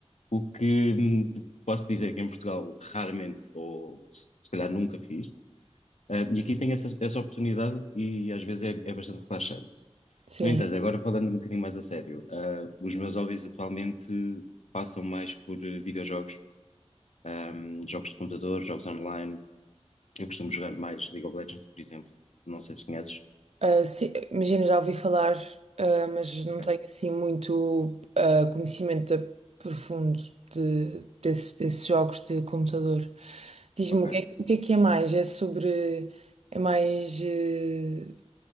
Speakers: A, on the left (about 80°); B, on the right (about 70°).
A: O que hum, posso dizer que em Portugal raramente, ou se se calhar nunca fiz, Ah, e aqui tem essa, essa oportunidade e às vezes é, é bastante relaxante.
B: Sim.
A: No entanto, agora falando um bocadinho mais a sério, ah, os meus hobbies atualmente passam mais por eh, videojogos, ahm, jogos de computador, jogos online. Eu costumo jogar mais League of Legends, por exemplo. Não sei se conheces.
B: Ah, sim, imagina, já ouvi falar, ah, mas não
A: Ok.
B: tenho assim muito ah, conhecimento de- profundo de, desses, desses jogos de computador. Diz-me
A: Ok.
B: o que é, que o que é que é mais? É sobre. É mais. eh,